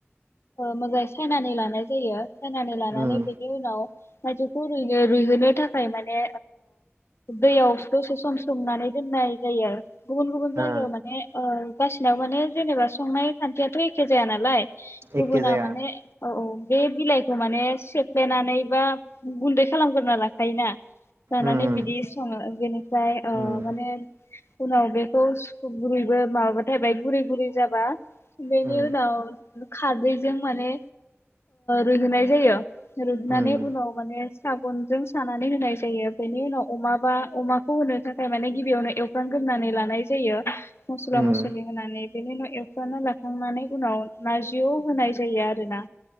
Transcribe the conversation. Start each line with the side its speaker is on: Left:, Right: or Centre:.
Left: मोजाङै सायनानै लानाय जायो खोनानानै लानानै
Right: उम
Left: बिनि उनाव आाइजौखौ रुइनो रुइहोनो थाखाय माने दैयाव दसे सम सोमनानै दोननाय जायो आरो गुबुन गुबुन जायगायाव
Right: ओ
Left: मान माने गाासिनावबो माने जेनेबा संनाय खान्थियाथ' एखे जाया नालाय गुबुना
Right: एखे जाया
Left: माने औ औ बे बिलाइखौ माने सेफ्लेनानै बा गुन्दै खालामगोरोना लाखायोना जानानै
Right: उम
Left: बिदि सङो बेनिफ्राय
Right: उम
Left: माने उनाव बेखौ गुरैबो माबाबा थाबाय गुरै गुरै जाबा बेनि
Right: उम
Left: उनाव खारैजों माने रुयहोनाय जायो रुयहोनानै
Right: उम
Left: उनाव माने सागनजों सानानै होनाय जायो बेनि उनाव अमाबा अमाखौ होनो थाखाय माने गिबियावनो एवफ्रामगोरनानै लानाय जायो मस्ला
Right: उम
Left: मस्लि होनानै बेनि उनाव एवफ्रांनानै लाखांनानै उनाव नारजियाव होनाय जायो आरोना